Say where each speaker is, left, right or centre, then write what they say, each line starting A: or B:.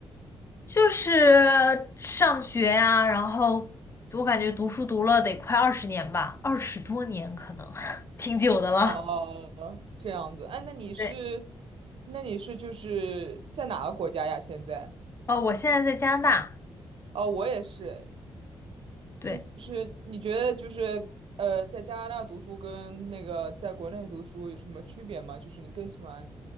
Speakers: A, on the left (about 25°); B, on the right (about 60°).
A: <laughs> 就是上学呀、然后我感觉读书读了得快二十年吧，二十多年可能，<laughs> 挺久的了。
B: 哦，这样子，哎，那你是
A: 对，
B: 那你是就是在哪个国家呀？现在？
A: 呃，我现在在加拿大，
B: 哦，我也是，
A: 对，
B: 就是你觉得就是呃，在加拿大读书跟那个在国内读书有什么区别吗？就是你更喜欢